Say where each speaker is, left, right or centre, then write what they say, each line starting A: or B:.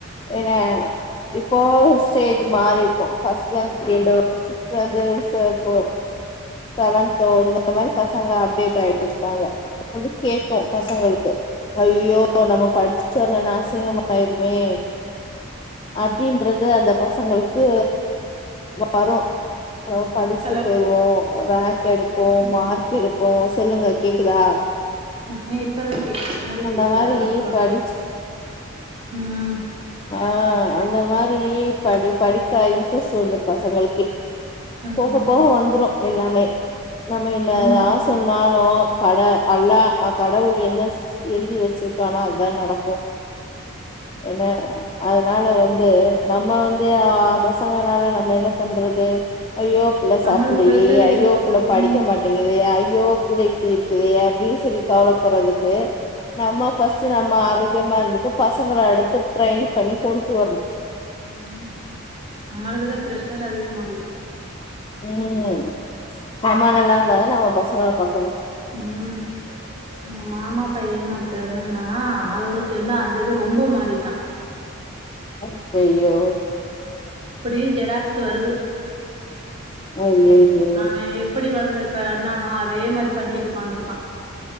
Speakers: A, on the left; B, on the right.
A: ஏனா இப்போ ஸ்டேஜ் மாறிக்கும் பஸ்ட்டுல இ வன்த இந்த மா <unintelligible> ங்க அப்டேட்
B: ஹலோ
A: ஆயிருப்பாங்க து கேட்போம் பசங்களுக்கு ஐயோ நம்ம படிச்ச வரலன்னா அசிங்கமயிருமே அப்படின்றது அந்த பசங்களுக்கு வறம் அப்புறம் படிச்சுட்டு
B: ஹலோ
A: போயிருவோம் ரேங்க் எடுப்போம்
B: ம்
A: மார்க் எடுப்போம் சொல்லுங்க கேக்குதா
B: ம் இப்பதா கேக்குது முன்னாடி
A: அந்த
B: கேக்கல
A: மாதிரி
B: அதா சொல்ல
A: படிச்சு
B: ம்
A: ஆஹ் அந்த மாதிரி படி படிக்க இன்ட்ரெஸ்ட் வந்து பசங்களுக்கே
B: ஆமா
A: போக போக வந்துரும் எல்லாமே நம்ம என்னதான்
B: ம்
A: சொன்னாலும் கட அல்ல கடவுள் என்ன எல்தி வச்சிருக்கானா அதான் நடக்கும் என்ன அதனால வந்து நம்ம வந்து ஆ பசங்கனால நம்ம என்ன பண்றது ஐயோப்புள்ள
B: நம்மளுக்கு
A: சாப்பிடலயே
B: ப்ரெஷர் ஏறுது
A: ஐயோப்புள்ள
B: ம்
A: படிக்க மாட்டேங்குதே ஐ யோப்புள்ள இப்டி இருக்குதே அப்டின்னு சொல்லி கவலைப்பறதுக்கு நம்ம ஃபர்ஸ்ட்டு நம்ம ஆரோக்கியமா இருந்துட்டு பசங்கள அடுத்து ட்ரைன் பண்ணி கொண்ட்டு வருனும்
B: உம் நம்மளுக்குதான் பிரஷர் அதிகமாகுது
A: உம் நம்ம நல்லா இருந்தாதான் நம்ம பசங்கள பாக்
B: உஹம் உங்க மாமா பையன்ன தன் வந்திருந்தானா அதோடு சேந்து அந்த இது ரொம்ப மாறிட்டான்
A: அருப்பேயி யோ
B: அப்படியே ஜெராக்ஸ் வருது
A: அய்யய்யோ
B: அவன் எப்படி வந்து இப்ப பன்னானோ அதே மாரி பண்ணிட்டு உக்காந்துருக்கான்